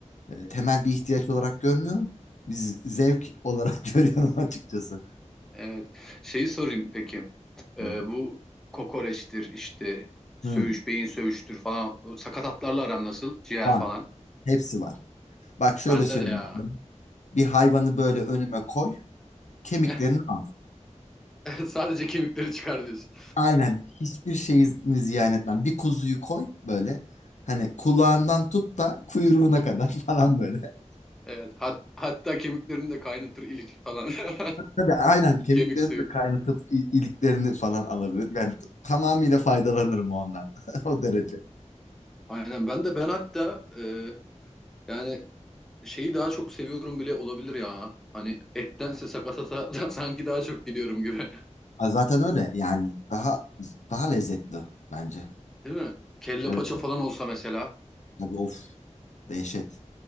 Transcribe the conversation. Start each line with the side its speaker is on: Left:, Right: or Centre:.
Left: E, temel bir ihtiyaç olarak görmüyorum. Biz zevk olarak <laughs> görüyorum açıkçası.
Centre: Evet. Şeyi sorayım peki. Ee,
Left: Hı hı.
Centre: bu kokoreçtir işte söğüş,
Left: Hı,
Centre: beyin söğüştür falan. O Sakatatlarla aran nasıl? Ciğer
Left: var.
Centre: falan.
Left: Hepsi var. Bak şöyle
Centre: Bende
Left: söyleyeyim.
Centre: de ya.
Left: Bir hayvanı böyle önüme koy, kemiklerini
Centre: <laughs>
Left: al.
Centre: Sadece kemikleri çıkar diyorsun.
Left: Aynen. Hiçbir şeyini ziyan etmem. Bir kuzuyu koy böyle. Hani kulağından tut da kuyruğuna kadar <laughs> falan böyle.
Centre: Evet. Hat hatta kemiklerini de kaynatır ilik falan.
Left: Tabii aynen
Centre: <laughs>
Left: kemiklerini
Centre: Kemik suyu.
Left: de kaynatıp i- iliklerini falan alabilir. Yani t- tamamıyla faydalanırım ondan. <laughs> O derece.
Centre: Aynen. Ben de ben hatta e, yani şeyi daha çok seviyorum bile olabilir ya. Hani ettense sakatata <laughs> da sanki daha çok gidiyorum gibi.
Left: Aa, Zaten öyle yani daha daha lezzetli bence.
Centre: Değil mi? Kelle
Left: Evet
Centre: paça falan olsa mesela.
Left: tabii of dehşet.